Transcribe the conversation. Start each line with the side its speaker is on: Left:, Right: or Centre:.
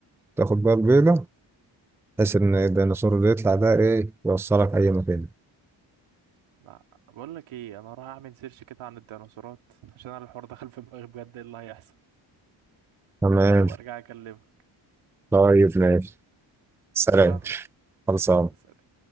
Centre: تاخد بقى البيضة بحيث ان الديناصور اللي يطلع ده ايه يوصلك اي مكان
Right: لا بقول لك ايه انا هروح اعمل سيرش كده عن الديناصورات عشان انا الحوار دخل في دماغي بجد ايه اللي هيحصل
Centre: تمام
Right: وابقى ارجع اكلمه
Centre: طيب ماشي سلام
Right: خلصانه
Centre: خلصان
Right: يلا سلام